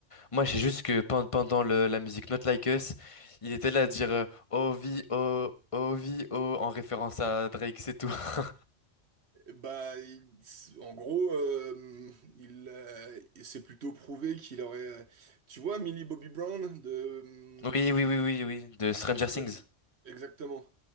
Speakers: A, on the left; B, on the right.
A: Moi, j'ai juste que pen- pendant le, la musique Not Like Us, il était là à dire euh, Oh vie, oh, oh vie, oh, en référence à Drake, c'est tout. <laughs>
B: Bah, il- en gros, euh, il, euh, il s'est plutôt prouvé qu'il aurait. euh, tu vois, Millie Bobby Brown de. euh,
A: Oui, oui, oui, oui, oui, de Stranger
B: Stra-
A: Things.
B: exactement.